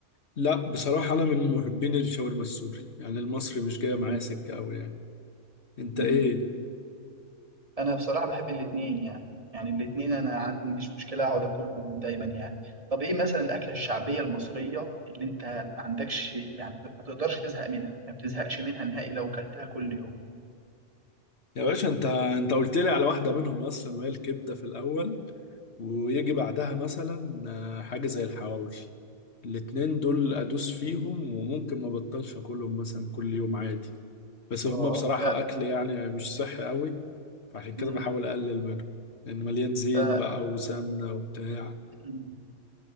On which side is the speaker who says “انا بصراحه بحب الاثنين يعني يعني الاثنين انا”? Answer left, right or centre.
Right